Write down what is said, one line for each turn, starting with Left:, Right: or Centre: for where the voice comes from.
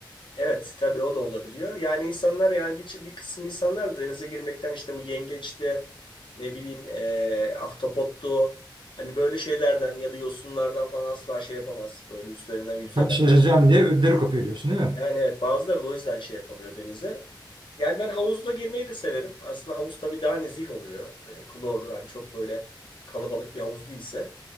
Left: Evet tabii o da olabiliyor. Yani insanlar yani bir, bir kısım insanlar da denize girmekten işte bu yengeçti ne bileyim eee ahtapottu hani böyle şeylerden ya da yosunlardan falan asla şey yapamaz. Böyle üzerinden yüzemez.
Right: Karşılaşacağım diye ödleri kopuyor diyorsun değil mi?
Left: Yani evet bazıları da o yüzden şey yapamıyor denize. Yani ben havuzda girmeyi de severim. Aslında havuz tabii daha nezih oluyor. Eee, klorlu hani çok böyle kalabalık bir havuz değilse.